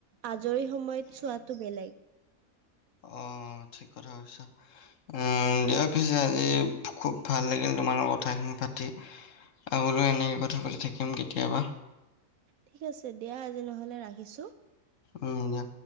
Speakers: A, on the right; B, on the left.
A: আজৰি সময়ত চোৱাটো বেলেগ
B: অ ঠিক কথা ভাবিছা। উম দিয়া পিছে আজি খুব ভাল লাগিল তোমাৰ লগত কথাখিনি পাতি। আগলৈও এনেকৈ কথা পাতি থাকিম কেতিয়াবা।
A: ঠিক আছে দিয়া আজি নহ'লে ৰাখিছোঁ।
B: উম দিয়া।